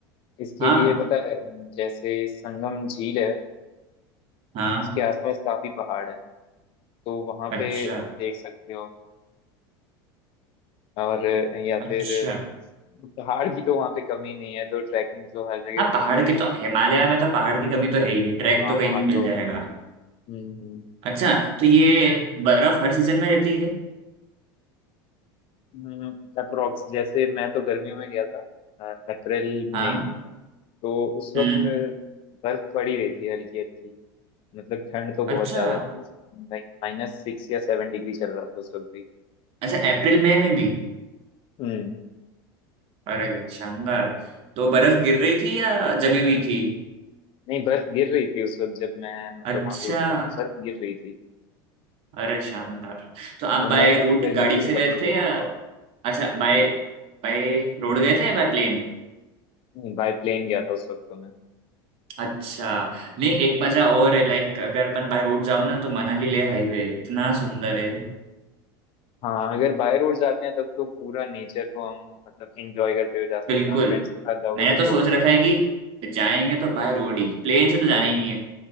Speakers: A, on the left (about 50°); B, on the right (about 50°).
A: इसके
B: हाँ
A: लिए पता है जैसे संगम झील है
B: हाँ
A: उसके आसपास काफी पहाड़ है तो वहां
B: अच्छा
A: पे देख सकते हो और या
B: अच्छा
A: फिर पहाड़ की तो वहां पे कमी नहीं है तो ट्रैकिंग तो हर जगह
B: हाँ
A: हो
B: पहाड़
A: ही जाएगा
B: की तो हिमालय में तो पहाड़ की कमी तो है ही नहीं ट्रैक
A: हाँ
B: तो कहीं
A: वहाँ
B: भी मिल
A: तो
B: जाएगा
A: हम्म हम्म
B: अच्छा तो ये बर्फ हर सीजन में रहती है
A: हम्म, अप्रोक्स जैसे मैं तो गर्मियों में गया था अप्रैल मई
B: हाँ
A: में तो उस वक्त
B: हम्म
A: बर्फ पड़ी रही थी हल्की हल्की मतलब ठंड तो बहुत
B: अच्छा
A: ज्यादा थी लाइक माइनस सिक्स या सेवन डिग्री चल रहा था उस वक्त भी
B: अच्छा अप्रैल मई में भी
A: हम्म
B: अरे वाह, शानदार तो बर्फ गिर रही थी या जमी हुई थी
A: नहीं बर्फ गिर रही थी उस वक्त जब मैं मतलब
B: अच्छा
A: वहां पे उतरा तो बर्फ गिर रही थी
B: अरे शानदार तो आप
A: और
B: बाय
A: मैं तक
B: रूट
A: गर्मियों
B: गाड़ी
A: के
B: से गए
A: कपड़ों
B: थे
A: में
B: या
A: था
B: अच्छा बाय बाय रोड गए थे या बाय प्लेन
A: नहीं बाय प्लेन गया था उस वक्त तो मैं
B: अच्छा नहीं एक मजा और है लाइक अगर अपन बाय रोड जाओ ना तो मनाली ले हाईवे इतना सुंदर है
A: हाँ अगर बाय रोड जाते हैं तब तो पूरा नेचर को हम मतलब एंजॉय करते हुए जा सकते
B: बिल्कुल
A: हैं और फ्रेंड्स के साथ जाओगे
B: मैंने
A: तब
B: तो सोच
A: तो और
B: रखा
A: मजा
B: है
A: आ
B: कि
A: जाएगा
B: जाएंगे तो बाय रोड ही प्लेन से तो जाना ही नहीं है